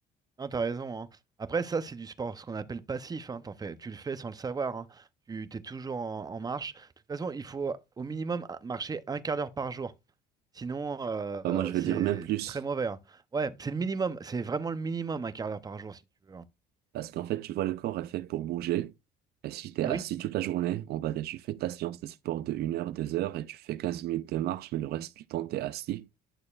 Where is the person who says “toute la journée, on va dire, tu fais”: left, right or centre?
Right